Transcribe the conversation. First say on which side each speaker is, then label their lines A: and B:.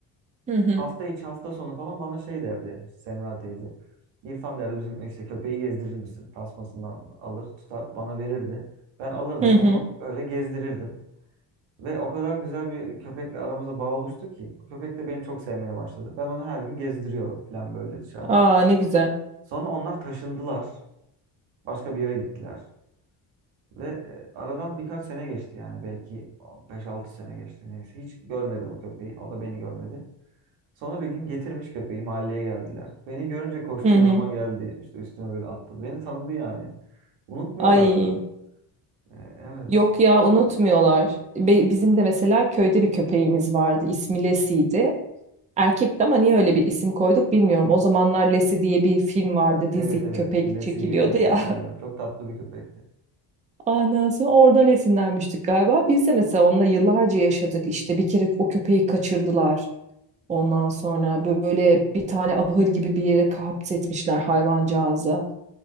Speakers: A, on the right (about 15°); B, on the right (about 80°).
A: Hı hı.
B: Hafta içi hafta sonu falan bana şey derdi Semra teyze. İrfan derdi bizim işte köpeği gezdirir misin? Tasmasından alır, tutar bana verirdi. Ben alırdım
A: Hı hı.
B: onu öyle gezdirirdim. Ve o kadar güzel bir köpekle aramızda bağ oluştu ki. O köpek de beni çok sevmeye başladı. Ben onu her gün gezdiriyorum falan böyle dışarıda.
A: Aa ne güzel.
B: Sonra onlar taşındılar. Başka bir yere gittiler. Ve e, aradan birkaç sene geçti yani belki beş altı sene geçti neyse. Hiç görmedim o köpeği. O da beni görmedi. Sonra bir gün getirmiş köpeği mahalleye geldiler. Beni görünce koştu
A: Hı
B: yanıma
A: hı.
B: geldi. İşte üstüme böyle attı. Beni tanıdı yani. Unutmuyorlar.
A: Ay
B: da. E, evet.
A: yok ya unutmuyorlar. Be- bizim de mesela köyde bir köpeğimiz vardı. İsmi Lesi'ydi. Erkekti ama niye öyle bir isim koyduk bilmiyorum. O zamanlar Lesi diye bir film vardı.
B: Evet
A: Dizi
B: evet.
A: köpek
B: Lesi
A: çekiliyordu ya.
B: hatırlıyorum. Çok tatlı bir köpekti.
A: <laughs> Anası oradan esinlenmiştik galiba. Biz de mesela onunla yıllarca yaşadık. İşte bir kere o köpeği kaçırdılar. Ondan sonra böyle bir tane ahır gibi bir yere kapsetmişler hayvancağızı.